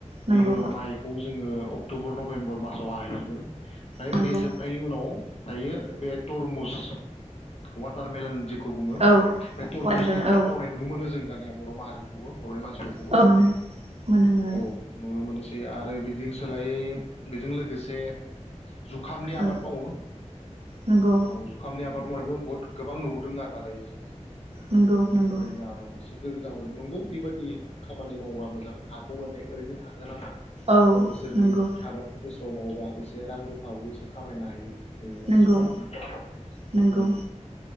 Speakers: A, on the right; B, on the left.
A: नंगौ
B: बेनि उनाव माइखौ जोङो अक क्टबर, नभेम्बर मासाव हाहैगोन। ओफ्राय
A: नंगौ
B: बे जोबनायनि उनाव दायो बे तरमुस वाटार मेलन जे खौ बुङो
A: औ
B: बे तरमुसनि
A: वाटारमेलन
B: आबाद
A: औ
B: मावनाय नुनो मोनो जों दानिया। बर' माहारि बर'नि मानसिफोरखौबो
A: औ मोनो मोनो मोनो
B: औ नुनो मोनोसै। आरो बिजों सोलायै बेजों लोगोसे जुखामनि आबाद
A: औ
B: मावो।
A: नंगौ
B: औ जुखामनि आ <unintelligible> बुहुत गोबां नुबोदों आरोना दायो जों।
A: नंगौ नंगौ
B: बेबायदि जाना दं एसे गोरों जाबोदों नंगौ बेबायदि खामानि मावा मोजां हाखौ हानै ओरैनो थाहोनाङा।
A: औ
B: बोसोरनि
A: नंगौ
B: आबादखौबो समावबा एसे रां रुफाबो एसे खामायनो हायो। जोंनि मानसिफ्रा।
A: नंगौ नंगौ
B: बेनो